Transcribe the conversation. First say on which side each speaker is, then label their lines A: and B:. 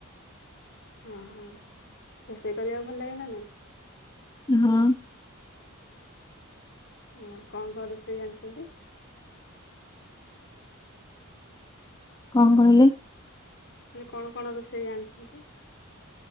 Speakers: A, on the left; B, on the left.
A: ଅଁହଁ ରୋଷେଇ କରିବାକୁ ଭଲ ଲାଗେ ନା ନାଇଁ।
B: ହଁ।
A: ଅଁ କଁ କଁ ରୋଷେଇ ଜାଣିଛନ୍ତି।
B: କଁ କହିଲେ।
A: କହିଲି କଣ କଣ ରୋଷେଇ ଜାଣିଛନ୍ତି।